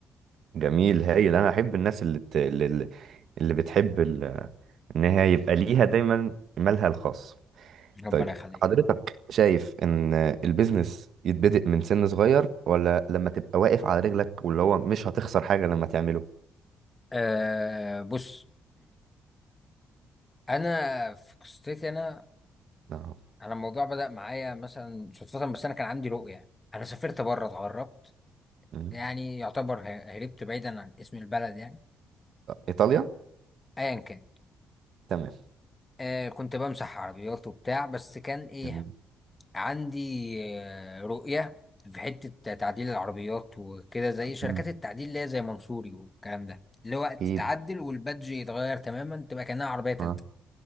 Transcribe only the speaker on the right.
جميل هايل انا احب الناس اللي بت... اللي اللي بتحب ال... ان هي يبقى ليها دايما مالها الخاص
طيب
حضرتك شايف ان البيزنس يتبدأ من سن صغير ولا لما تبقى واقف على رجلك واللي هو مش هتخسر حاجة لما تعمله
اه
مم.
ايطاليا
تمام
جميل
مم.
اكيد
اه